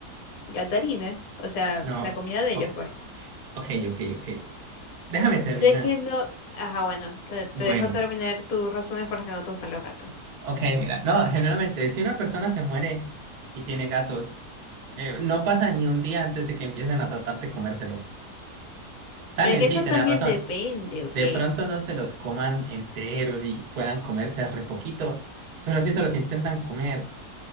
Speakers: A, on the left; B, on the right.
A: Gatarina. O sea,
B: No.
A: la comida de ellos,
B: O-
A: pues.
B: ok, ok, ok. Déjame terminar.
A: Pero es que no. Ajá, bueno, te, te
B: Bueno.
A: dejo terminar tus razones por las que no te gustan los gatos.
B: Ok, mira, no, generalmente si una persona se muere y tiene gatos, eh, no pasa ni un día antes de que empiecen a tratar de comérselo. Dale,
A: Pero es que
B: sí,
A: eso
B: tenés
A: también
B: razón.
A: depende, ¿ok?
B: De pronto no te los coman enteros y puedan comerse re poquito, pero sí se los intentan comer.